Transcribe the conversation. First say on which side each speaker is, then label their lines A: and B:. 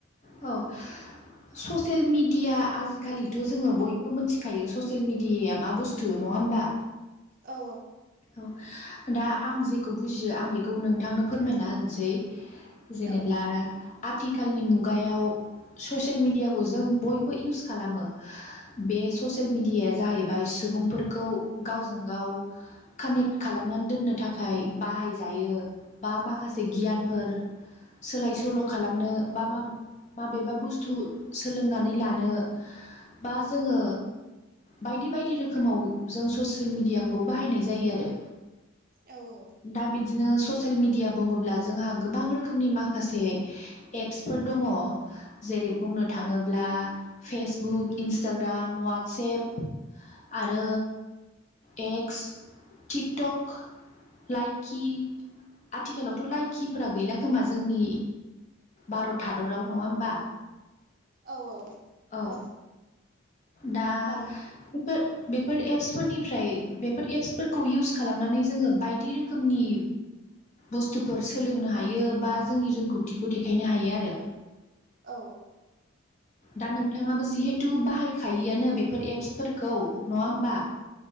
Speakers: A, on the left; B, on the right.
A: औ ससियेल मिडिया आजिखालिथ' जोङो बयबो मिथिखायो ससियेल मिडियाया मा बुस्थु नङा होमबा?
B: औ
A: औ दा आं जेखौ बुजियो आं बेखौ नोंथांनो फोरमायना होनसै। जेनेब्ला
B: औ
A: आथिखालनि मुगायाव ससियेल मेडियाखौ जों बयबो इउस खालामो। बे ससियेल मिडियाया जाहैबाय सुबुंफोरखौ गावजों गाव कानेक्ट खालामनानै दोननो थाखाय बाहाय जायो बा माखासे गियानफोर सोलाय सोल' खालामनो बा मा माबेबा बुस्थु सोलोंनानै लानो बा जोङो बायदि बायदि रोखोमाव जों ससियेल मिडियाखौ बाहायनाय जायो आरो।
B: औ औ।
A: दा बिदिनो ससियेल मेडिया बुङोब्ला जोंहा गोबां रोखोमनि माखासे एप्सफोर दङ'। जेरै बुंनो थाङोब्ला फेसबुक, इन्सटाग्राम, वाट्सेएप आरो एक्स, थिकटक, लाइक खि। आथिखालावथ' लाइखिफोरा गैला खोमा जोंनि भारत हादराव नङा होमबा?
B: औ औ
A: औ।
B: ओ
A: दा
B: दायो
A: बेफोर बेफोर एप्सफोरनिफ्राय बेफोर एप्स फोरखौ इउस खालामनानै जोङो बायदि रोखोमनि बुस्थुफोर सोलोंनो हायो बा जोंनि रोंगौथिखौ देखायनो हायो आरो।
B: औ।
A: दा नोंथाङाबो जिहेथु बाहायखायोआनो बेफोर एप्सफोरखौ नङा होमबा?